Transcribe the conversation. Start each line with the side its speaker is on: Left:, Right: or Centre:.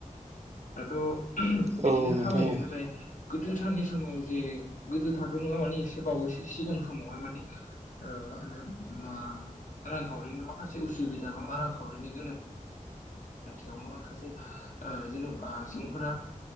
Left: आरो दाथ' ‌ <unintelligible>
Right: औ
Left: बिदिनो
Right: नोंथां
Left: खामायो
Right: औ
Left: नाथाय गोदोथारनि समाव जे गोदोथारथ' नङा माने से बावैसो सिगां समावहाय माने ओ मा होनो मा रांखावरिनि माखासे उसुबिदा मा रांखावरिनि गोनां थियावनो माखासे ओ जेन'बा सुबुंफोरा